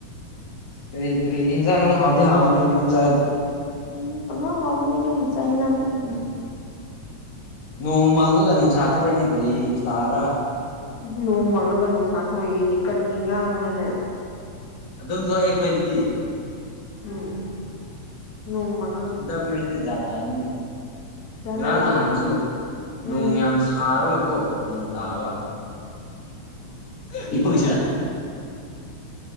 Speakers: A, on the left (about 35°); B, on the left (about 75°).
A: ꯀꯔꯤ ꯀꯔꯤ ꯆꯥꯡ ꯍꯥꯎꯗ ꯍꯥꯏꯝ ꯆ
B: ꯎꯝ ꯄꯪꯍꯥꯎ ꯍꯥꯎꯕꯅꯦ ꯌꯨꯝꯒꯤ ꯆꯥꯛ ꯌꯦꯟꯖꯥꯡꯁ
A: ꯎꯝ ꯅꯣꯡ ꯃꯥꯡꯉꯒ ꯅꯨꯡꯁꯥ ꯊꯣꯛꯏꯅꯦ ꯀꯔꯤ ꯇꯥꯕ꯭ꯔꯥ
B: ꯅꯣꯡ ꯃꯪꯉꯒ ꯅꯨꯡꯁꯥꯊꯣꯛꯑꯦ ꯑꯩꯁꯦ ꯀꯔꯤ ꯉꯥꯡꯕꯅꯅꯦ
A: ꯑꯗꯨꯝ ꯊꯣꯛꯑꯦ ꯑꯩꯈꯣꯏꯗꯗꯤ
B: ꯎꯝ ꯅꯣꯡꯃ
A: ꯍꯟꯗꯛ ꯃꯔꯁꯦ ꯖꯥꯠ ꯇꯖꯥꯅꯤꯅꯦ
B: ꯖꯥꯠ
A: ꯉꯔꯥꯡ
B: ꯖꯥꯠ ꯂꯥꯛꯄꯅꯤ
A: ꯅꯍꯥꯟꯁꯨ ꯅꯣꯡ
B: ꯎꯝ
A: ꯌꯥꯝ ꯊꯥꯔꯒꯀꯣ ꯅꯣꯡ ꯇꯥꯕ ꯑꯩꯈꯣꯏꯁ